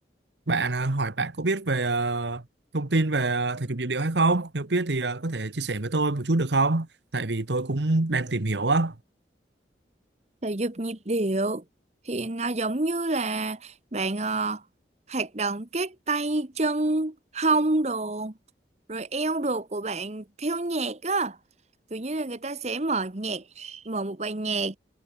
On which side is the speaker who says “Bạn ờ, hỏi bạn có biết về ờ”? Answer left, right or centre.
Right